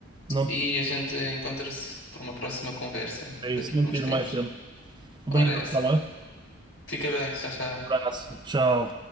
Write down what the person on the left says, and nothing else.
E a gente encontra-se por uma próxima conversa
daqui
por
uns
tempos.
Ora, é essa.
Fica bem, tchau, tchau.